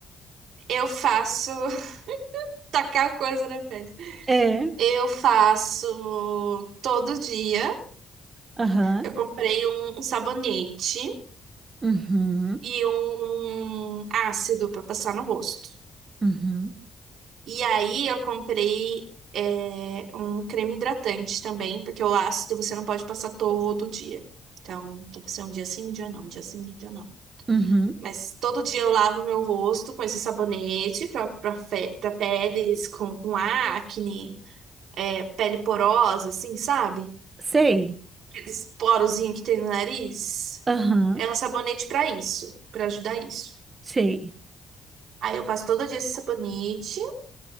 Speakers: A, on the right (about 70°); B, on the right (about 35°).
A: Eu faço <laughs> tacar coisa na pele.
B: É,
A: Eu faço todo dia.
B: aham,
A: Eu comprei um, um sabonete
B: uhum,
A: e um ácido para passar no rosto.
B: uhum,
A: E aí eu comprei é, um creme hidratante também, porque o ácido você não pode passar todo dia. Então, tem que ser um dia sim, um dia não, um dia sim, um dia não.
B: uhum.
A: Mas todo dia eu lavo meu rosto com esse sabonete para para pele com, com acne. é, pele porosa, assim, sabe?
B: Sei,
A: Aqueles porozinhos que tem no nariz.
B: aham,
A: É um sabonete pra isso, pra ajudar isso.
B: sei,
A: Aí eu passo todo dia esse sabonete.